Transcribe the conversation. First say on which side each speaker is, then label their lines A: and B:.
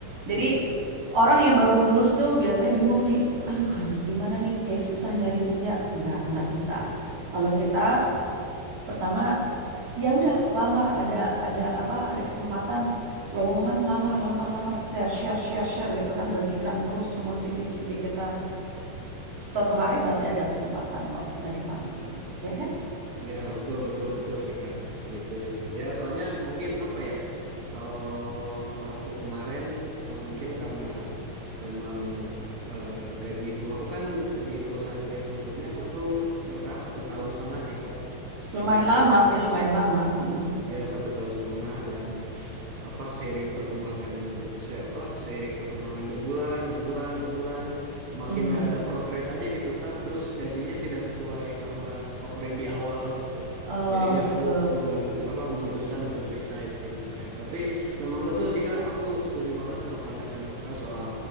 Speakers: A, on the right; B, on the right.
A: jadi
B: i-
A: orang yang baru lulus tuh biasanya bingung nih aduh harus gimana nih kayak susah nyari kerja nggak nggak susah kalau kita pertama ya udah lamar ada ada apa ada kesempatan lowongan lamar lamar lamar share share share share gitu kan bagikan terus semua CV CV kita Suatu hari pasti ada kesempatan kok kita dipanggil, ya kan?
B: iya, betul, betul, betul sih, Kak. Gitu sih. Ya, soalnya mungkin apa ya, kalau aku kemarin eh, mungkin karena memang eh, gajiku, aku kan di perusahaanku yang sebelumnya aku tuh bertahan satu tahun setengah sih, Kak. Sebenarnya,
A: Lumayan lama sih, lumayan lama. Mm-mm.
B: ya satu tahun setengah dan apa seiring perkembangan se apa seiring perkembangan berbulan berbulan berbulan makin
A: Mhm.
B: nggak ada progres aja gitu Kak terus gajinya tidak sesuai sama offering di awal gitu
A: Oh
B: jadinya
A: gitu.
B: aku mengundur, apa memutuskan untuk resign sih kemarin tapi memang betul sih Kak aku setuju banget sama pandangan Kakak soal